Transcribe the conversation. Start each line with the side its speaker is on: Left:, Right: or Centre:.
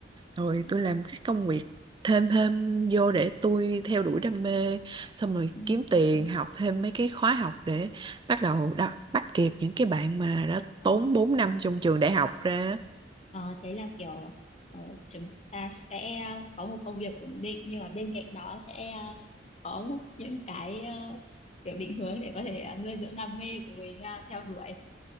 Right: rồi
Left: Ờ,
Right: tôi làm các công việc thêm thêm vô để tôi theo đuổi đam mê xong rồi
Left: Ừ.
Right: kiếm tiền
Left: Ừ.
Right: học thêm mấy cái khóa học để bắt đầu đa- bắt kịp những cái bạn mà đã
Left: Ờ.
Right: tốn 4 năm trong trường đại học ra
Left: Ờ, thế là kiểu ờ, chúng ta sẽ có một công việc ổn định nhưng mà bên cạnh đó sẽ ờ, có những cái ờ, kiểu định hướng để có thể ờ, nuôi dưỡng đam mê của mình ờ, theo đuổi